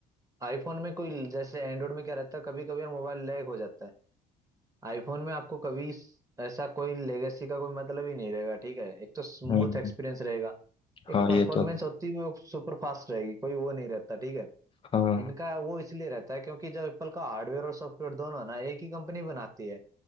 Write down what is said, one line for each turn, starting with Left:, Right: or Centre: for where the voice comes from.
Right: आईफोन में कोई जैसे एंड्रॉइड में क्या रहता है कभी कभी यार मोबाइल लैग हो जाता है आईफोन में आपको कभी स- ऐसा कोई लेगेसी का कोई मतलब ही नहीं रहेगा ठीक है एक तो स्मूथ
Left: हम्म,
Right: एक्सपीरियंस रहेगा एक
Left: हाँ
Right: परफॉर्मेंस
Left: ये तो
Right: होती है वो सुपर फास्ट रहेगी कोई वो नहीं रहता ठीक है
Left: हाँ
Right: इनका वो इसलिए रहता है क्योंकि जब एप्पल का हार्डवेयर और सॉफ्टवेयर दोनों है ना एक ही कंपनी बनाती है